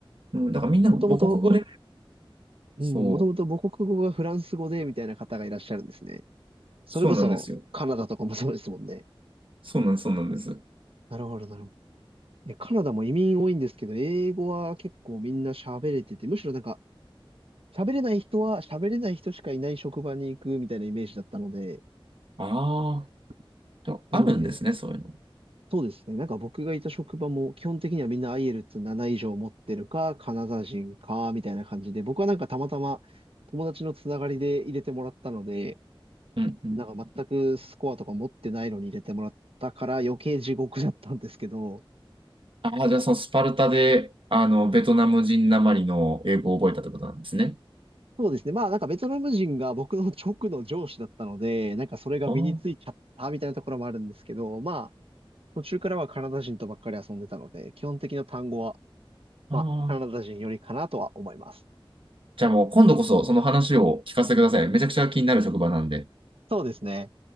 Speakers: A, on the right (about 65°); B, on the right (about 80°).
A: うん、だからみんな母国語で、
B: もともと、うん、
A: そう、
B: もともと母国語がフランス語でみたいな方がいらっしゃるんですね。それこそカナダとかもそうですもんね。
A: そうなんですよ。そうなんです、そうなんです。
B: なるほどなるほど。いやカナダも移民多いんですけど、英語は結構みんな喋れてて、むしろなんか喋れない人は喋れない人しかいない職場に行くみたいなイメージだったので、
A: ああ
B: なので、
A: あるんですね、そういうの。
B: そうですね。なんか僕がいた職場も基本的にはみんな IELTS7 以上持ってるか、カナダ人か、みたいな感じで、僕はなんかたまたま友達のつながりで入れてもらったので、
A: うんうん
B: なんか全くスコアとか持ってないのに入れてもらったから余計地獄だったんですけど、
A: ああ、じゃあそのスパルタで、あの、ベトナム人なまりの英語を覚えたってことなんですね。
B: そうですね。まあなんかベトナム人が僕の直の上司だったので、なんかそれが身についちゃったみたいなところもあるんですけど、
A: ああ、
B: まあ途中からはカナダ人とばっかり遊んでたので、基本的な単語は、
A: ああ。
B: まあカナダ人よりかなとは思います。
A: じゃあもう今度こそその話を聞かせてくださいね。めちゃくちゃ気になる職場なんで。
B: そうですね。